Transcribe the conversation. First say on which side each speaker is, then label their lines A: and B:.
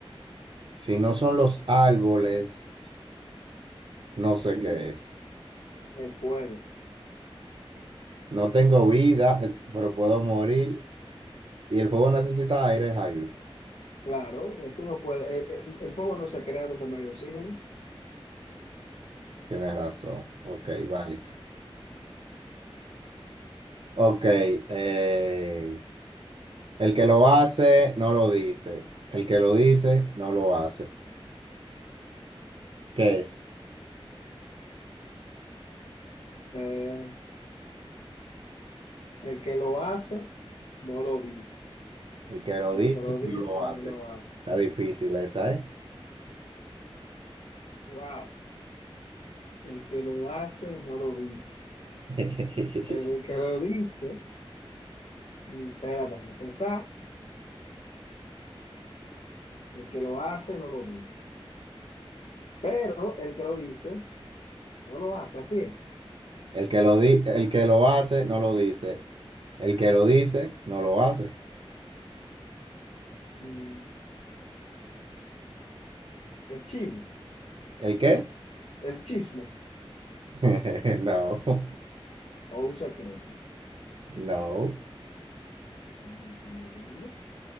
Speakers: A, on the right (about 60°); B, on the left (about 75°).
A: si no son los árboles, no sé qué es.
B: el fuego.
A: No tengo vida, eh, pero puedo morir. Y el fuego necesita aire, Javi.
B: Claro, eh, tú no puedes. El, el- el fuego no se crea donde no hay oxígeno.
A: Tienes razón. Ok, vale. Ok, eh, el que lo hace, no lo dice. El que lo dice, no lo hace. ¿Qué es?
B: Eh, el que lo hace, no lo dice.
A: El que lo
B: Pero
A: dice,
B: El que lo dice,
A: no lo
B: no
A: hace.
B: lo hace.
A: Está difícil esa, ¿eh?
B: Wow. El que lo hace, no lo dice.
A: <laughs>
B: Pero el que lo dice, mm, espérate, no pensar. El que lo hace, no lo dice. Pero el que lo dice, No lo hace, así es.
A: El que lo di- el que lo hace, no lo dice. El que lo dice, no lo hace.
B: Mm, El chisme,
A: ¿El qué?
B: el chisme,
A: <laughs> No,
B: o un secreto.
A: no.
B: Mm, Me rindo,